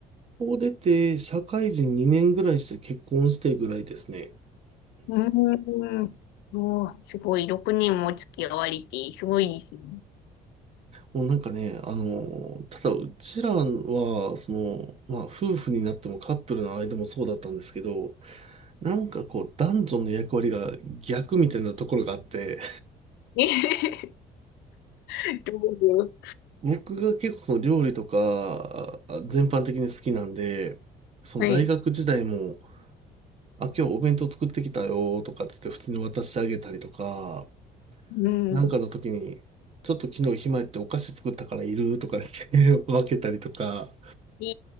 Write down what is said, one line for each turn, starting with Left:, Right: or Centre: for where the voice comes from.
Right: こう出て、社会人2年ぐらいして結婚してぐらいですね。
Left: うーん。もう、すごい、6年も付き合われて、すごいですね。
Right: もうなんかね、あの、ただうちらは、その、まあ夫婦になってもカップルの間もそうだったんですけど、なんかこう男女の役割が逆みたいなところがあって、
Left: <laughs> えへへどうぞ
Right: 僕が結構その料理とかあ全般的に好きなんで、その大学時代も、
Left: はい。
Right: あ、今日お弁当作ってきたよとかって言って普通に渡してあげたりとか、
Left: うん。
Right: なんかの時に、ちょっと昨日暇やってお菓子作ったからいるとか言って <laughs> 分けたりとか、
Left: い